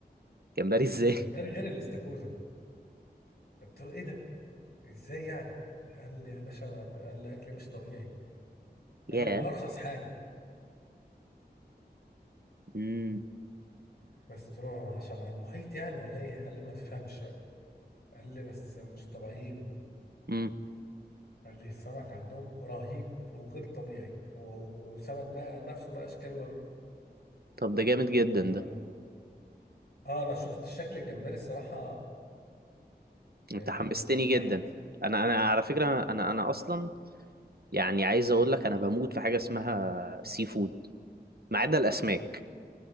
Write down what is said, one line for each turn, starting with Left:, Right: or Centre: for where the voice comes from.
Right: جمبري ازاي
Left: جمبري غير
Right: <laughs>
Left: الاستاكوزا قلت له ايه ده ازاي يعني قال لي يا باشا أنا- قال لي اكل مش طبيعي قال
Right: ياه
Left: لي وارخص حاجه
Right: امم
Left: بس قلت له عشان على المحيط يعني ولا ايه قال لي ما تفهمش بقى قال لي بس مش طبيعيين
Right: امم
Left: قال لي السمك عندهم رهيب وغير طبيعي و- وسمك بقى عن نفسه بقى اشكال
Right: طب ده جامد جدا
Left: والوان
Right: ده
Left: اه انا شفت الشكل الجمبري الصراحه يعني
Right: انت حمستني
Left: انا اتنحت
Right: جدا انا انا على فكرة انا انا اصلا يعني عايز اقول لك انا بموت في حاجه اسمها سي فود ما عدا الاسماك